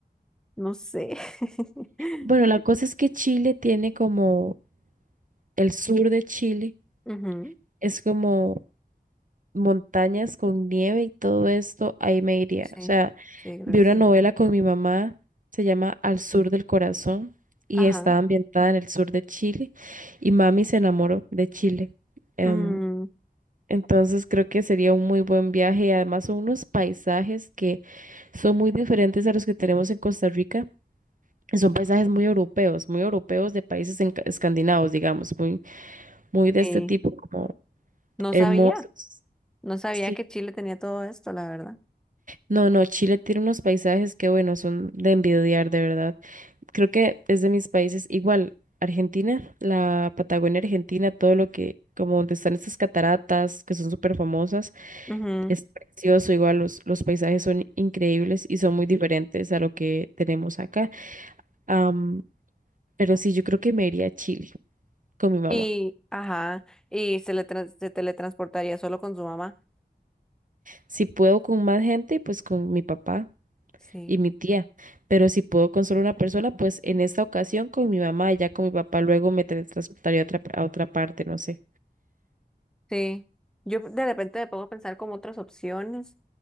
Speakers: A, in the centre; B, on the right.
A: no sé. <laughs>
B: Bueno, la cosa es que Chile tiene como el sur de Chile,
A: Ujú,
B: es como montañas con nieve y todo esto, ahí me iría.
A: Sí,
B: O sea,
A: sí, creo
B: vi
A: que
B: una
A: sí.
B: novela con mi mamá, se llama Al Sur del Corazón y
A: Ajá.
B: está ambientada en el sur de Chile y mami se enamoró de Chile. Em,
A: Mm,
B: entonces creo que sería un muy buen viaje y además son unos paisajes que son muy diferentes a los que tenemos en Costa Rica. y Son paisajes muy europeos, muy europeos de países enca- escandinavos, digamos, muy, muy de
A: sí.
B: este tipo, como
A: No
B: hermosos.
A: sabía, no sabía
B: sí
A: que Chile tenía todo esto, la verdad.
B: No, no, Chile tiene unos paisajes que, bueno, son de envidiar, de verdad. Creo que es de mis países, igual, Argentina, la Patagonia Argentina, todo lo que, como donde están estas cataratas, que son súper famosas,
A: Ujú.
B: es precioso, igual los, los paisajes son increíbles y son muy diferentes a lo que tenemos acá. Am, pero sí, yo creo que me iría a Chile con mi mamá.
A: Y, ajá, y se le tran- se teletransportaría solo con su mamá.
B: Si puedo con más gente, pues con mi papá.
A: Sí,
B: y mi tía, pero si puedo con solo una persona, pues en esta ocasión con mi mamá y ya con mi papá luego me teletransportaría a otra, a otra parte, no sé.
A: sí. Yo de repente me pongo a pensar como otras opciones